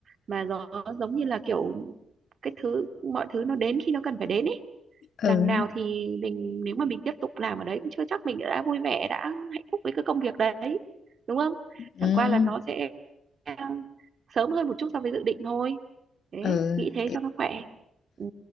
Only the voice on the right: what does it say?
mà nó giống như là kiểu cái thứ mọi thứ nó đến khi nó cần phải đến ấy
đằng nào thì mình nếu mà mình tiếp tục làm ở đấy cũng chưa chắc mình đã vui vẻ đã hạnh phúc với cái công việc đấy đúng không
chẳng qua là nó sẽ ờ, sớm hơn một chút so với dự định thôi thế
nghĩ thế cho nó khỏe ừ.